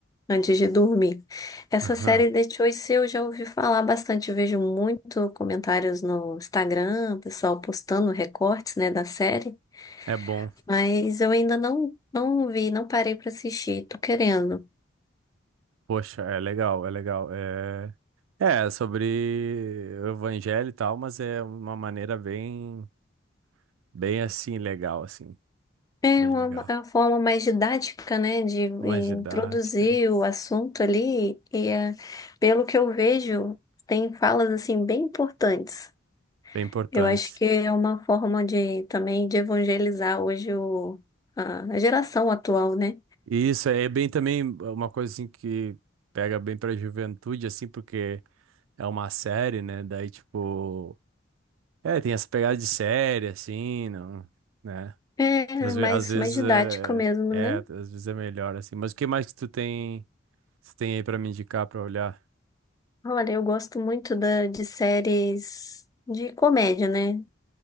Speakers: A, on the left (about 20°); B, on the right (about 85°).
A: antes de dormir. Essa
B: Aham,
A: série The Choice eu já ouvi falar bastante. Eu vejo muito comentários no Instagram, o pessoal postando recortes, né, da série.
B: É bom.
A: Mas eu ainda não, não vi, não parei pra assistir. Tô querendo.
B: Poxa, é legal, é legal. É, é sobre o evangelho e tal, mas é uma maneira bem, bem assim, legal, assim,
A: É
B: bem
A: uma,
B: legal.
A: é uma forma mais didática, né, de introduzir
B: Mais didática, É
A: o assunto ali. E é, pelo que eu vejo, tem falas assim bem importantes.
B: bem importante.
A: Eu acho que é uma forma de também de evangelizar hoje o, a, a geração atual, né?
B: E isso é bem também uma coisa assim que pega bem pra juventude, assim, porque é uma série, né? Daí, tipo, é, tem essa pegada de série, assim, não, né?
A: É
B: Às,
A: mais,
B: ve- às vezes
A: mais didática
B: é,
A: mesmo,
B: é,
A: né?
B: às vezes é melhor assim. Mas o que mais que tu tem, tu tem aí pra me indicar pra olhar?
A: Olha, eu gosto muito da, de séries de comédia, né?